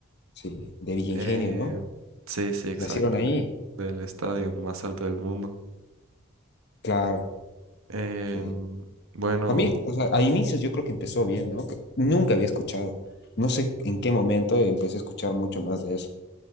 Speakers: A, on the left (about 55°); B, on the right (about 90°).
A: Sí, de Villa
B: Eh,
A: Ingenio, ¿no?
B: sí, sí, exacto,
A: Nacieron ahí.
B: del estadio más alto del mundo.
A: Claro.
B: Em,
A: Que...
B: bueno,
A: A mí, o sea, a inicios yo creo que empezó bien, ¿no? Que nunca había escuchado. No sé en qué momento empecé a escuchar mucho más de eso.